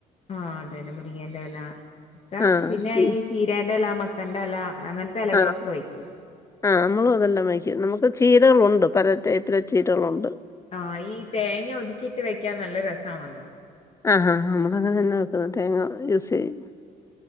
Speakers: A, on the left (about 40°); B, on the left (about 20°).
A: ആഹ് അതന്നെ മുരിങ്ങേന്റെല ഒക്കെ
B: ആഹ്
A: പിന്നെ ഈ ചീരേന്റെല മത്തന്റെല അങ്ങനെ ത്തെലകളൊക്കെ
B: ആഹ്
A: വെയ്ക്കും
B: ആഹ് നമ്മളും അതെല്ലാം വെയ്ക്ക്യും നമുക്ക് ചീരകളുണ്ട് പല ടൈപ്പില് ചീരകളുണ്ട്
A: ആഹ് ഈ തേങ്ങ ഒതുക്കിയിട്ട് വെക്കാൻ നല്ല രസാണല്ലോ
B: ആഹ് ഹാ ഹാ നമ്മളങ്ങനെന്നെ വെക്കുന്നത് തേങ്ങ യൂസെയ്യും